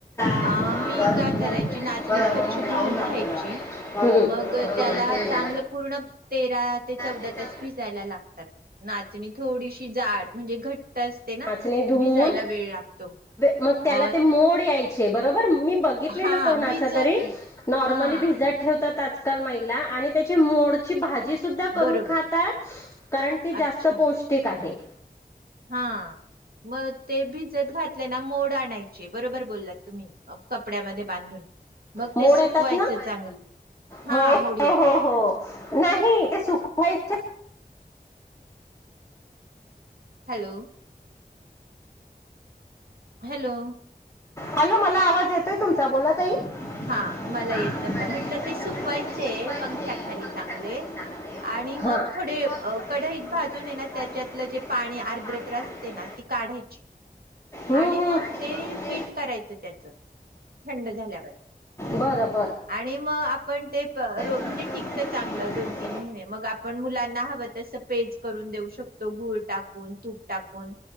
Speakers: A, on the left (about 20°); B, on the right (about 65°).
A: त्याला
B: अ मी काय करायची नाचणी स्वछ
A: चांगलं
B: धुऊन घ्याची
A: पूर्ण
B: मग त्याला
A: पेरा
B: चांगलं पूर्ण तेरा ते चौदा
A: त्याच्या
B: तास भिजायला लागतात, नाचणी थोडीशी जाड म्हणजे घट्ट असते ना
A: नाचणी धुवून
B: भिजायला वेळ लागतो.
A: मग त्याला
B: अ
A: ते मोड याय चे बरोबर मी बघितलेलं
B: हा
A: कोणाचं
B: भिजत
A: तरी नॉर्मली
B: हा
A: भिजत ठेवतात. आज काल महिला आणि त्याची मोडची भाजी सुद्धा करून
B: बरोबर
A: खातात कारण ती जास्त
B: अच्छा
A: पौष्टिक आहे.
B: हा! मग ते भिजत घातले ना मोड आणायचे बरोबर बोललात तुम्ही कपड्यामध्ये बांधून. मग
A: मोड
B: ते सुकवायचं
A: येतात ना!
B: चांगलं हा
A: हो
B: मोड येतात
A: हो हो नाही सुखवायचे
B: हॅलो! हॅलो!
A: हॅलो मला आवाज येतोय तुमचा बोला ताई
B: हा
A: हा
B: मला येत
A: मला
B: नव्हता म्हटलं
A: येतं
B: ते
A: आता.
B: सुकवायचे
A: म्हणलं ते सुकवायचे
B: पंख्या खाली
A: पंख्याखाली
B: चांगले,
A: चांगले
B: आणि मग
A: हा आणि
B: थोडे
A: मग थोडे
B: कढईत
A: कढई
B: भाजून ये ना
A: काढून
B: त्याच्यातलं जे
A: त्याच्यात
B: पाणी आर्द्रत्र
A: पाणी
B: असते
A: आलं
B: ना! ती काढायची
A: हम्म
B: आणि
A: हम्म
B: मग ते,
A: मग
B: पीठ करायचं त्याचं थंड झाल्यावर
A: बर!
B: आणि म आपण ते प रो
A: रोपटे
B: म्हणजे टिकत
A: पिकलं
B: चांगलं
A: पाहिजे.
B: दोन तीन महिने मग आपण मुलांना हव तसं पेज करून देऊ शकतो गुळ टाकुन तुप टाकून